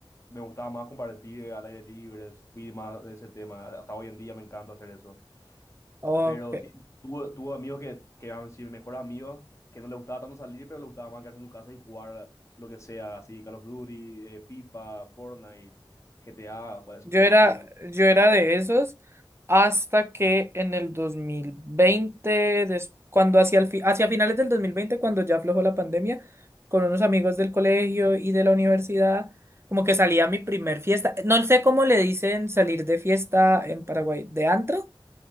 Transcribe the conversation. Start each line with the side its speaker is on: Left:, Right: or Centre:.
Left: me gustaba más compartir al aire libre, fui más de ese tema. Hasta hoy en día me encanta hacer eso.
Right: ok.
Left: Pero sí, tuve, tuve amigos que, que eran sí, mejores amigos, que no les gustaba tanto salir, pero les gustaba más quedarse en su casa y jugar lo que sea, así Call of Duty, eh, FIFA, Fortnite, GTA, pues, esos
Right: Yo
Left: juegos
Right: era,
Left: así
Right: yo era de esos hasta que en el 2020, des- cuando hacia, el fi- hacia finales del 2020 cuando ya aflojó la pandemia, con unos amigos del colegio y de la universidad, como que salía mi primer fiesta. No sé cómo le dicen salir de fiesta en Paraguay, ¿de antro?